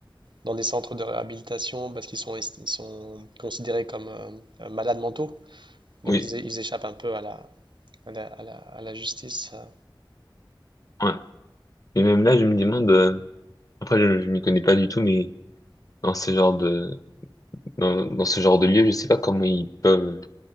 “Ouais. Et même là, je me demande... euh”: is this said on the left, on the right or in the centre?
Left